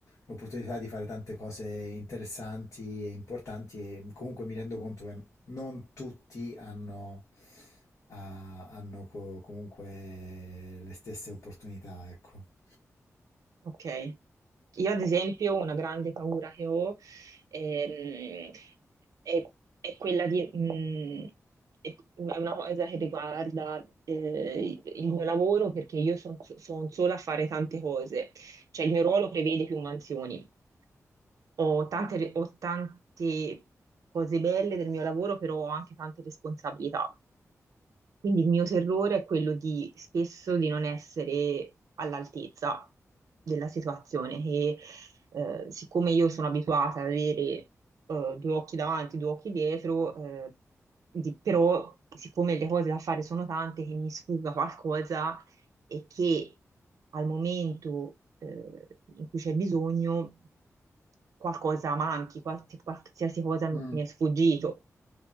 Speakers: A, on the left (about 60°); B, on the right (about 85°).
A: l'opportunità di fare tante cose interessanti e importanti e comunque mi rendo conto che non tutti hanno, ha- hanno co- comunque le stesse opportunità, ecco.
B: Ok. Io, ad esempio, una grande paura che ho ehm, è, è quella di... mh, è è una cosa che riguarda eh, il mio lavoro perché io sono sola a fare tante cose, cioè il mio ruolo prevede più mansioni. Ho tante, ho tante cose belle del mio lavoro, però ho anche tante responsabilità. Quindi il mio terrore è quello di spesso di non essere all'altezza della situazione, che eh, siccome io sono abituata ad avere eh, due occhi davanti, due occhi dietro, eh, di- però siccome le cose da fare sono tante, che mi sfugga qualcosa e che al momento eh, in cui c'è bisogno qualcosa manchi, qual- qualsiasi cosa
A: Mm.
B: mi è sfuggito.